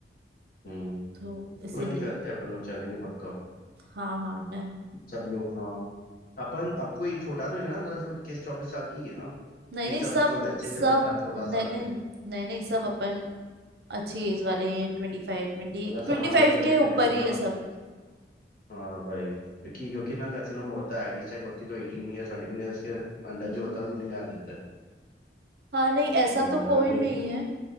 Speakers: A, on the left; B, on the right.
A: हम्म
B: तो इसीलिए
A: कोई नहीं करते हैं, अपन लोग चलेंगे पक्का
B: हाँ हाँ डन
A: सब लोग हाँ अपन अब कोई छोटा तो नहीं ना मतलब सब इक्कीस चौबीस साल की ही है ना
B: नहीं
A: कि
B: नहीं
A: सब
B: सब
A: वो बच्चे
B: सब
A: भी अपने साथ सोलह
B: नहीं
A: साल
B: नहीं
A: के
B: नहीं नहीं सब अपन अच्छी एज वाले हैं ट्वेंटी फाइव ट्वेंटी
A: मतलब
B: ट्वेंटी
A: सब हाँ
B: फाइव
A: मतलब एजेड
B: के ऊपर
A: मतलब
B: ही
A: हाँ
B: है सब
A: हाँ भाई क्योंकि क्योंकि ना कैसीनो में होता है आईडी चेक होती तो एटीन ईयर ट्वेंटी वन ईयर्स के अंडर जो
B: हम्म
A: होता
B: हम्म
A: है उनको नहीं जाने देते
B: हाँ नहीं ऐसा
A: हम्म
B: तो कोई
A: बना फेक
B: नहीं है